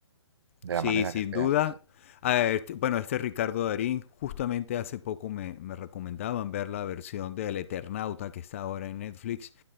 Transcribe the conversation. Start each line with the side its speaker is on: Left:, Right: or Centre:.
Right: de
Left: Sí,
Right: la manera
Left: sin
Right: que sea,
Left: duda.
Right: sí, sí.
Left: A ver, t- bueno, este Ricardo Darín, justamente hace poco me, me recomendaban ver la versión del Eternauta que está ahora en Netflix